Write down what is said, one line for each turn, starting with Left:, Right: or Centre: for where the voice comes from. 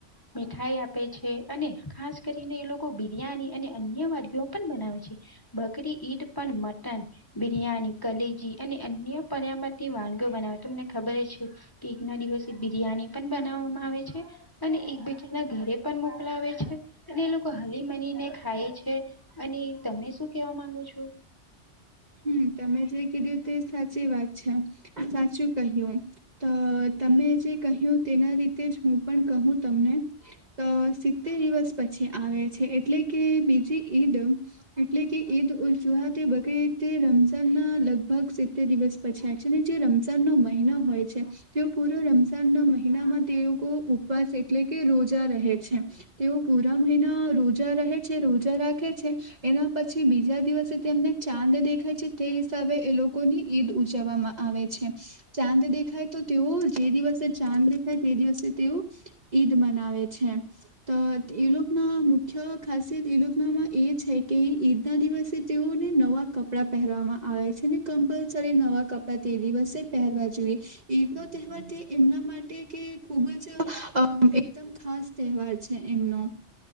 Left: મીઠાઈ આપે છે અને ખાસ કરીને એ લોકો બિરિયાની અને અન્ય વાનગી ઓ પણ બનાવે છે બકરી ઈદ પણ મટન બિરિયાની કલેજી અને અન્ય પરમની વાનગી ઓ બનાવે તમને ખબર છે એક ના દિવસે બિરિયાની પણ બનાવવામાં આવે છે અને એકબીજા ના ઘરે પણ મોકલાવે છે અને એ લોકો હલી મની ને ખાય છે અને તને શું કેવા માંગુ છો
Right: હમ્મ તમે જે કીધું તે સાચી વાત છે સાચું કહ્યું અ તમે જે કહ્યું તેના રીતે જ હું પણ કહું તમને અ સિત્તેર દિવસ પછી આવે છે એટલે કે બીજી ઈદ એટલે કે ઈદ ઉલજુહા તે બકરી ઇદ તે રમઝાન ના લગભગ સિત્તેર દિવસ પછાય છે ને જે રમઝાનનો મહિનો હોય છે તેઓ પૂરો રમઝાન ન મહિનામાં તે લોકો ઉપવાસ એટલે કે રોજા રહે છે તેઓ પૂરા મહિના રોજા રહે છે રોજા રાખે છે એના પછી બીજા દિવસે તેમને ચા ચાંદ દેખાય છે તે હિસાબે એ લોકોની ઈદ ઉજવવામાં આવે છે ચાંદ દેખાય તો તેઓ જે દિવસે ચાંદ દેખાય તે દિવસે તેઓ ઈદ મનાવે છે તો એલોકના મુખ્ય ખાસિયત લોનામાં એ છે કે ઈદ ના દિવસે તેઓને નવા કપડાં પહેરવામાં આવે છે ને કમ્પલસરી નવા કપડાં તે દિવસે પહેરવા જોઈએ ઈદ નો તહેવાર તે એમના માટે કે ખુબ જ અ અમ એકદમ ખાસ તહેવાર છે એમનો